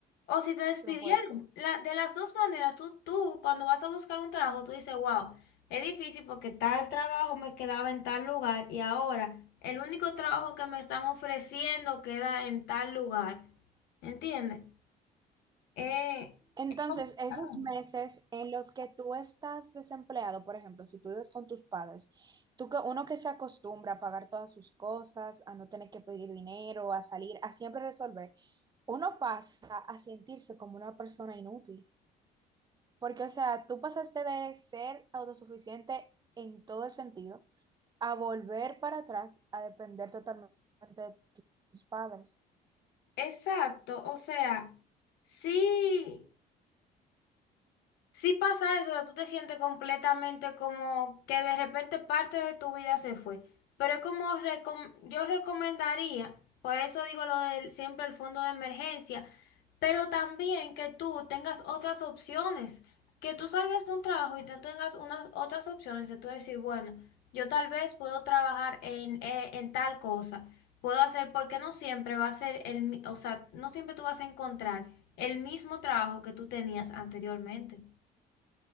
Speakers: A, on the left; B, on the right.
A: O si te despidieron.
B: tú no puedes.
A: La- de las dos maneras, tú, tú cuando vas a buscar un trabajo, tú dices, wow, es difícil porque tal trabajo me quedaba en tal lugar y ahora el único trabajo que me están ofreciendo queda en tal lugar. ¿Entiendes? Eh,
B: Entonces,
A: es complicado.
B: esos meses en los que tú estás desempleado, por ejemplo, si tú vives con tus padres, tú que uno que se acostumbra a pagar todas sus cosas, a no tener que pedir dinero, a salir, a siempre resolver, uno pasa a sentirse como una persona inútil. Porque, o sea, tú pasaste de ser autosuficiente en todo el sentido a volver para atrás a depender totalmente de tus padres.
A: exacto, o sea, sí. Sí pasa eso, o sea, tú te sientes completamente como que de repente parte de tu vida se fue. Pero es como recom- yo recomendaría, por eso digo lo del siempre el fondo de emergencia, pero también que tú tengas otras opciones, que tú salgas de un trabajo y tú tengas unas otras opciones de tú decir, bueno, yo tal vez puedo trabajar en, eh, en tal cosa, puedo hacer, porque no siempre va a ser el, mi- o sea, no siempre tú vas a encontrar el mismo trabajo que tú tenías anteriormente.